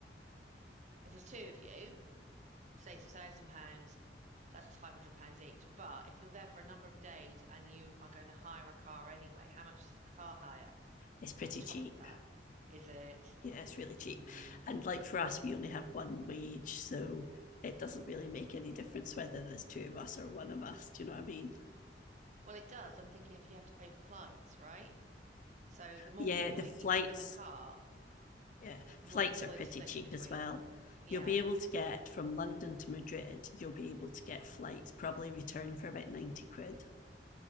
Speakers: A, on the right; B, on the left.
A: if there's two of you, say it's a thousand pounds, that's five hundred pounds each. But if you're there for a number of days and you are going to hire a car anyway, how much is the car hire
B: It's pretty
A: on top
B: cheap.
A: of that? Is it?
B: Yeah, it's really cheap.
A: Mm,
B: And like for us, we only have one wage, so it doesn't really make any difference whether there's two of us or one of us. Do you know what I mean?
A: well, it does. I'm thinking if you have to pay for flights, right? So the more
B: Yeah,
A: people
B: the
A: that
B: flights,
A: you have in the car,
B: yeah,
A: the
B: flights
A: more people
B: are pretty
A: it's split
B: cheap
A: between.
B: as well.
A: Yeah,
B: You'll be able to get from London to Madrid, you'll be able to get flights probably return for about 90 quid.